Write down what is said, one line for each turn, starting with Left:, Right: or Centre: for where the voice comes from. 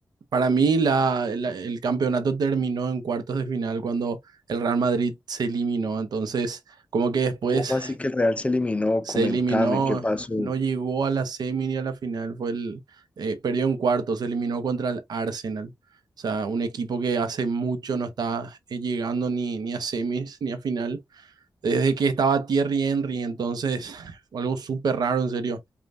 Right: para mí, la, la- el campeonato terminó en cuartos de final cuando el Real Madrid se eliminó. Entonces, como que después
Left: ¿cómo así que el Real se eliminó?
Right: Se
Left: Comentame,
Right: eliminó,
Left: ¿qué pasó?
Right: no llegó a la semi ni a la final, fue el, eh, perdió en cuarto, se eliminó contra el Arsenal. O sea, un equipo que hace mucho no está eh, llegando ni, ni a semis ni a final, desde que estaba Thierry Henry, entonces <laughs> fue algo súper raro, en serio.